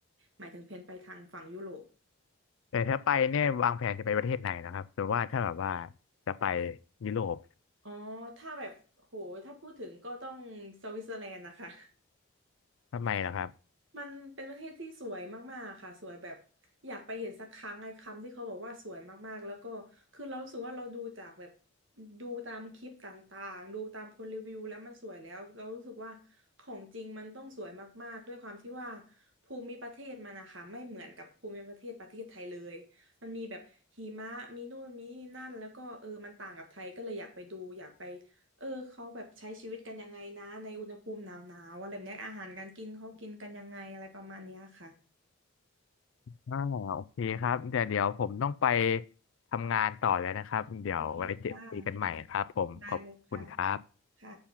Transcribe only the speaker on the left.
แต่ถ้าไปเนี่ยวางแผนจะไปประเทศไหนนะครับหรือว่าถ้าแบบว่าจะไปยุโรป
ทำไมล่ะครับ
อ่าโอเคครับเดี๋ยวเดี๋ยวผมต้องไปทำงานต่อแล้วนะครับ เดี๋ยวไว้เจอคุยกันใหม่ครับผม
ขอบคุณครับ